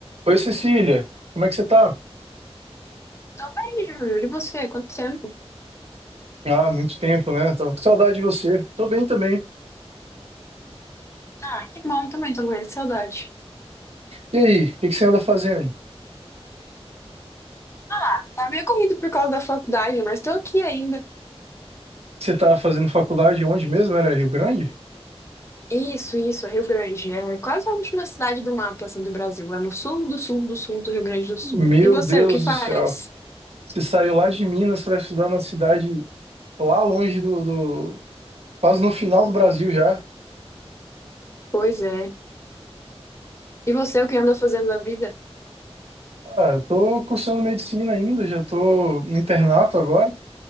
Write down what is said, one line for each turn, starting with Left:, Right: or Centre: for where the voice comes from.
Right: Oi, Cecília, como é que você tá?
Left: Tô bem, Júlio. E você? Quanto tempo?
Right: Ah, muito tempo, né? Tava com saudade de você. Tô bem também.
Left: Ah, que bom também, tô morrendo de saudade.
Right: E aí, o que que você anda fazendo?
Left: Ah, tá meio corrido por causa da faculdade, mas tô aqui ainda.
Right: Você tá fazendo faculdade onde mesmo? Era Rio Grande?
Left: Isso, isso, é Rio Grande. É quase a última cidade do mapa, assim, do Brasil. É no sul do sul do sul do Rio Grande do Sul.
Right: Meu
Left: E você,
Right: Deus
Left: o que faz?
Right: do céu. Você saiu lá de Minas pra estudar na cidade lá longe do, do... quase no final do Brasil já.
Left: Pois é. E você, o que anda fazendo na vida?
Right: Ah, eu tô cursando medicina ainda, já tô no internato agora.